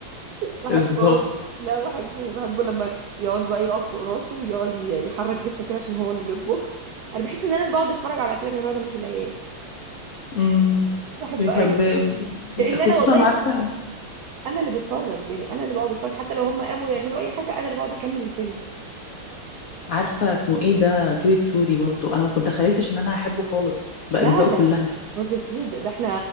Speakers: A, on the right; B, on the left.
A: بحبه
B: بالظبط
A: أوي. لا بحبه بحبه لما يقعد بقى يقف فوق راسه ويقعد ي- يحرك جسمه كده عشان هو اللي يطبخ انا بحس ان انا اللي بقعد اتفرج على افلام الرياضه مش العيال
B: امم
A: بحب
B: بيحب
A: انا كأن
B: خصوصا
A: انا والله
B: عارفة
A: انا اللي بتفرج يعني انا اللي بقعد اتفرج حتى لو هم قاموا يعملوا اي حاجه انا اللي بقعد اكمل الفيلم
B: عارفة اسمه ايه ده توي ستوري برضو انا ما كنت تخيلتش ان انا هحبه خالص باجزائه
A: لا ده
B: كلها
A: باظ يا تيت ده, ده احنا